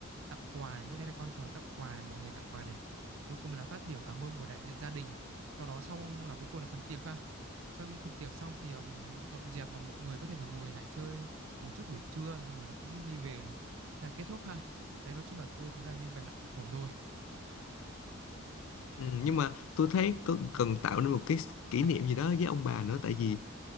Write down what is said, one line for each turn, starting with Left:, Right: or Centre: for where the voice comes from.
Right: tặng quà này, lúc đấy là con cháu tặng quà này, mọi người tặng quà này. Cuối cùng là phát biểu cảm ơn của đại diện gia đình. Sau đó xong là cuối cùng là phần tiệc ha. Sau khi phần tiệc xong thì ờm, dọn dẹp và mọi người có thể là ngồi lại chơi một chút buổi trưa xong rồi là cũng đi về là kết thúc ha. Đấy nói chung là tôi thấy là như vậy là ổn rồi.
Left: ừm. nhưng mà tôi thấy có cần tạo nên một cái kỷ niệm gì đó với ông bà nữa tại vì